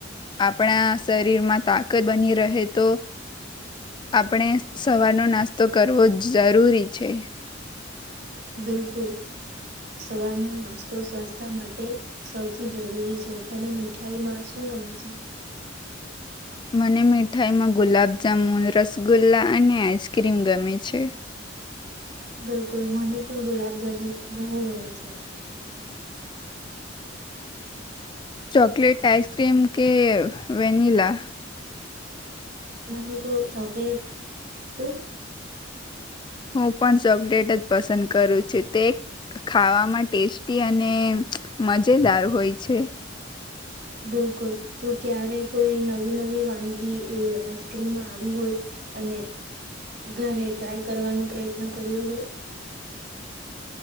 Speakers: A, on the left; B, on the right.
A: આપણા શરીરમાં તાકત બની રહે તો આપણે સવાર નો નાસ્તો કરવો જરૂરી છે
B: બિલકુલ સવારનુ નાસ્તો તો સ્વાસ્થ્ય માટે સૌથી જરૂરી છે તને મીઠાઈ માં શું ગમે છે.
A: મને મીઠાઈમાં ગુલાબ જામુન રસગુલ્લા અને આઈસક્રીમ ગમે છે.
B: બિલકુલ મને પણ ગુલાબજામુન બો ગમે છે.
A: ચોકલેટ આઈસ ક્રીમ કે વેનલા
B: મને તો ચોકલેટ તું
A: હું પણ ચોકલેટ જ પસંદ કરું છું તે ખાવામાં ટેસ્ટી અને મજેદાર હોય છે.
B: બિલકુલ તો ક્યારે કોઈ નવી નવી વાનગી આઈસક્રીમમાં આવી હોય અને ઘરે ટ્રાય કરવાનો પ્રયત્ન કર્યો હોય